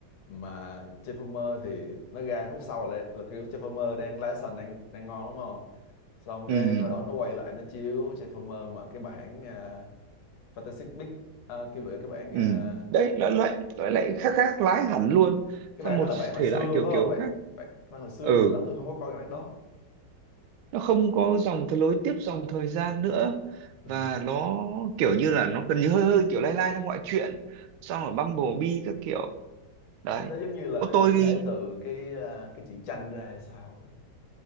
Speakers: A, on the left; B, on the right.
A: mà Transformer thì nó ra khúc sau là, là kiểu Transformer đang lái sành đang đang ngon đúng không xong
B: ừ
A: cái bắt đầu nó quay lại nó chiếu Transformer mà cái bản à, Fantastic Beasts à, cái bữa- cái bản
B: ừ
A: à,
B: đấy nó lại nó lại khác khác lái hẳn luôn
A: cái
B: sang
A: bản
B: một
A: đó là bản hồi
B: thể
A: xưa
B: loại kiểu
A: phải
B: kiểu
A: không bản
B: khác
A: bản, cái bản hồi xưa
B: ừ
A: mà hồi đó tôi không có coi cái bản đó
B: nó không có dòng thời lối tiếp dòng thời gian nữa
A: <laughs> Ừ.
B: và nó kiểu như là nó gần như hơi hơi kiểu lai lai trong ngoại truyện xong rồi Bumblebee các kiểu đấy
A: cái đó giống như là
B: ô
A: nó
B: tôi
A: chuyển thể từ cái à, cái truyện tranh ra hay sao á.